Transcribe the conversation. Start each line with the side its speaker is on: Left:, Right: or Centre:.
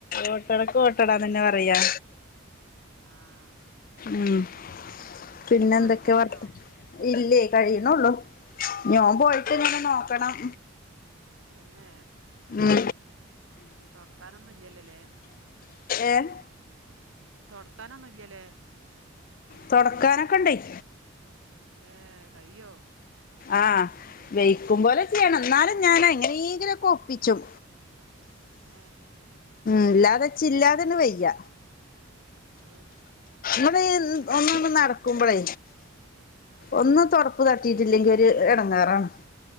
Left: ഓട്ടടക്ക് ഓട്ടടാന്ന്ന്നെ പറയാ.
Right: ആഹ്
Left: ഉം
Right: പിന്നെ
Left: പിന്നെ
Right: അന്റെ
Left: എന്തൊക്കെ
Right: പണിയൊക്കെ കഴിഞ്ഞോ
Left: വർ ഇല്ലേ കഴിയ്ണെള്ളൂ. ഇഞ്ഞോൻ പോയ്ട്ട് ഇങ്ങനെ ന്നോക്കണം.
Right: തന്നേ
Left: ഉം.
Right: തൊടക്കാനൊന്നും ഇല്ലല്ലോല്ലേ.
Left: എൻ.
Right: തൊടക്കാനൊന്നും ഇല്ലല്ലേ.
Left: തൊടക്കാനൊക്കെ ഇണ്ടെയ്
Right: ഏ കയ്യോ.
Left: ആ വെയ്ക്കും പോലെ
Right: ഉം.
Left: ചെയ്യണം. എന്നാലും ഞാന് എങ്ങനേങ്കിലൊക്കെ ഒപ്പിച്ചും
Right: ഏ.
Left: എല്ലാതെ ച്ചില്ലാതനെ വയ്യ
Right: അത്
Left: നമ്മളി ന്ന് ഒന്ന്ണ്ട് നടക്കുമ്പളേ
Right: ആ
Left: ഒന്ന്
Right: അതന്നെ
Left: തൊടപ്പ് കാട്ടീട്ടില്ലങ്കെ ര് എടങ്ങേറാണ്.